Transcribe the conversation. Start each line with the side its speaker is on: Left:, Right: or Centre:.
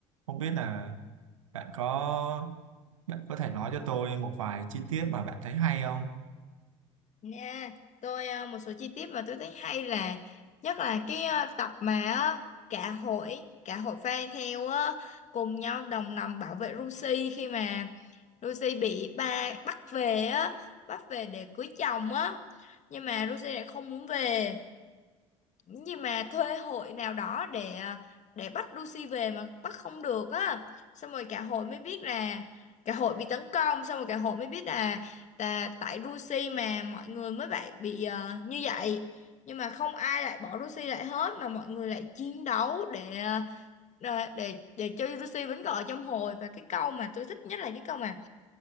Right: Không biết là bạn có bạn có thể nói cho tôi một vài chi tiết mà bạn thấy hay không?
Left: Nha, tôi ờ, một số chi tiết mà tôi thấy hay là nhất là cái ờ, tập mà ờ, cả hội cả hội fan theo ờ, cùng nhau đồng lòng bảo vệ Lucy khi mà Lucy bị ba bắt về á, bắt về để cưới chồng á. Nhưng mà Lucy lại không muốn về nhưng mà thuê hội nào đó để à, để bắt Lucy về mà bắt không được á xong rồi cả hội mới biết là cả hội bị tấn công xong rồi cả hội mới biết là, là tại Lucy mà mọi người mới bị bị ờ, như vậy nhưng mà không ai lại bỏ Lucy lại hết mà mọi người lại chiến đấu để ờ, để để, để cho Lucy vẫn còn ở trong hội và cái câu mà tôi thích nhất là cái câu mà